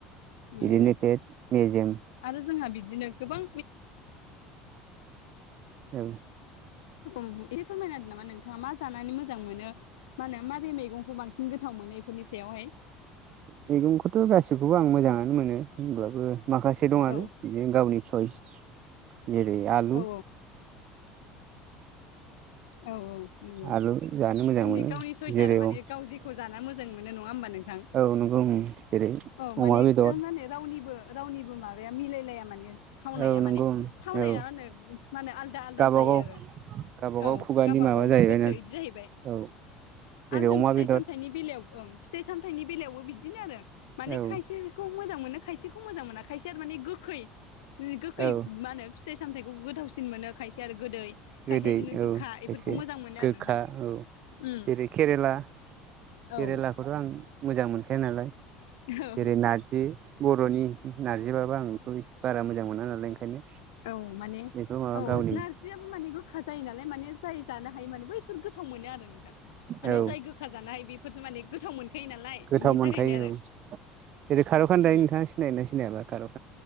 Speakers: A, on the left (about 85°); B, on the right (about 50°).
A: उम
B: बिदिनो
A: उम
B: फेद मेजेम
A: आरो जोंहा बिदिनो गोबां।
B: ए
A: रख ए फोरमायनादों नामा नोंथाङा मा जानानै मोजां मोनो। मा होनो माबे मैगंखौ बांसिन गोथाव मोनो बेफोरनि सायावहाय
B: मैगंखौथ' गासिखौबो आं मोजाङानो मोनो हब्लाबो माखासे दं आरो।
A: औ
B: बि गावनि सइस गेरै आलु
A: औ औ नंगौ
B: आलु जानो मोजां मोनो
A: ने गावनि सयस
B: जेरै
A: आरो माने
B: औ
A: गाव जेखौ जान मोजां मोनो नङा होमबा नोंथां।
B: औ नंगौ उम जेरै
A: औ
B: अमा
A: माने
B: बेदर
A: मा होनो रावनिबो रावनिबो माबाया मिलायलाया माने थावनाया
B: औ नंगौ
A: माने
B: उम
A: थावनाया
B: औ
A: मे माने आलदा आलदा
B: गावबागाव
A: जायो आरो
B: गावबागाव
A: औ
B: खुगानि
A: गावबागाव
B: माबा जाहैबाय
A: गोसो
B: ना
A: बिदि जाहैबाय
B: औ जेरै
A: आरो जों
B: अमा
A: फिथाइ
B: बेदर
A: सामथनि फिथाइ सामथनि बेलबो बिदिनो आरो मान
B: औ
A: खायसेखौ मोजां मोनाय खौ मोजां मोनाखायस आरो माने गोखै गोखै
B: औ
A: म फिथाइ सामथाइखौ गोथावसिन मोनो खायसे आरो गोदै। खायसे
B: गो द
A: बिदिनो गोखा बेफोरखौ
B: से
A: मोजां मोनो आरो
B: गोखा
A: नोंथां
B: औ
A: उम
B: जेरै केरेला
A: औ
B: केरेला खौथ' आं मोजां मोनखाया नालाय
A: औ
B: जेरै नारजि बर'नि नारजिबाबो आं बेखौसे बारा मोजां मोना नालाय ओंखायनो।
A: औ माने
B: बेखौ माबा
A: औ
B: गावनि
A: नारजियाबो माने गोखा जायो नालाय माने जाय जानो हायो माने ब इसोर गोथाव मोनो आरो नों मान
B: औ
A: जाय गोखा ज हायो बे। फोरस माने गोथाव मोनखायो नालाय
B: गोथाव
A: बेनि
B: मोनखायो
A: थाखायनो आरो
B: औ जेरै खारकखद नोंथाङा
A: उम
B: सिनाया सिनायाब्ला खार'